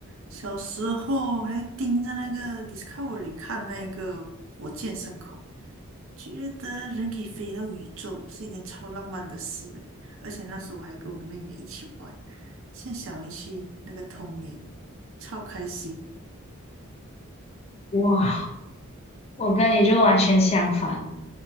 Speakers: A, on the right (about 65°); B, on the left (about 25°).
A: 小时候还盯着那个 Discovery 看那个火箭升空，觉得人可以飞到宇宙是一件超浪漫的事欸而且那时候我还跟我妹妹一起玩，像小游戏那个童年，超开心。
B: 哇，我跟你就完全相反。